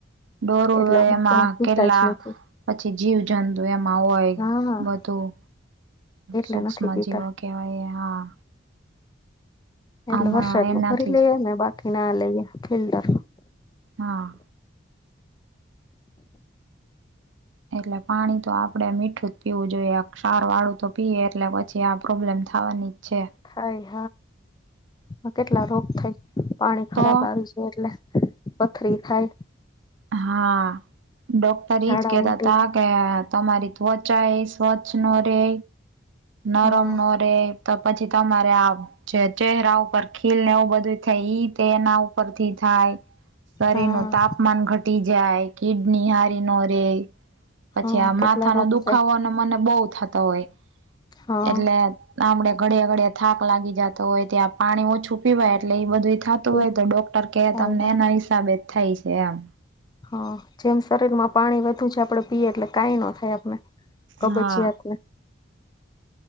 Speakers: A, on the right; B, on the left.
A: ડોરું
B: એટલે
A: હોય
B: અમે
A: એમાં
B: તો પીતા
A: કેટલા
B: જ નથી
A: પછી જીવ જંતુ એમાં હોય
B: હા હા
A: બધું
B: એટલે
A: સૂક્ષ્મ
B: નથી પીતા
A: જીવક કહેવાય હા
B: એટલે
A: આમાં
B: વરસાદમાં
A: એનાથી
B: ભરી લઈએ
A: જ
B: ને બાકી ના લઈએ ફિલ્ટર
A: હા એટલે પાણી તો આપડે મીઠું જ પીવું જોઈએ આ ક્ષાર વાળું તો પીએ એટલે પછી આ પ્રોબ્લેમ થવાની જ છે
B: થાય હા કેટલા રોગ થાય પાણી
A: તો
B: ખરાબ આવી એટલે પથરી થાય
A: હા ડોક્ટર
B: ઝાડા
A: ઈ જ કેતા
B: ઉલટી
A: હતા કે તમારી ત્વચા એ સ્વચ્છ ન રે નરમ
B: હા
A: ન રે તો પછી તમારે આ જે ચેહેરા ઉપર ખીલ ને એવું બધું થઈ તે એના ઉપરથી થાય શરીરનુતાપમાન
B: હા
A: ઘટ જાય કિડની હારી ન રે પછી
B: હા
A: આ
B: કેટલા
A: માથા
B: રોગ
A: ન દુખાવો
B: થાય
A: મને બહી થતો હોય
B: હા
A: એટલે આપડે ઘડિયા ઘડિયા થાક લાગી જતો હોય ત્યાં પાણી ઓછું પીવાય એટલે એ બધું થતું હોય
B: એ
A: તો ડોક્ટર કહે
B: થાય
A: તમને એના હિસાબે થાય છે એમ
B: હા જેમ શરીર માં પાણી વધુ છે આપડે પીએ એટલે કંઈ ન થાય આપને કબજીયાતને
A: હા